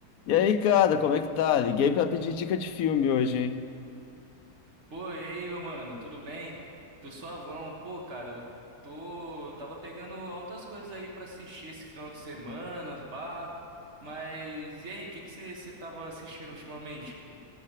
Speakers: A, on the left; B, on the right.
A: E aí, cara, como é que tá? Liguei pra pedir dica de filme hoje, hein?
B: Pô, e aí, meu mano, tudo bem? Tô suavão. Pô, cara, eu tô. Tava pegando altas coisas aí pra assistir esse final de semana, pá. Mas e aí, o que que você tava assistindo ultimamente? Que-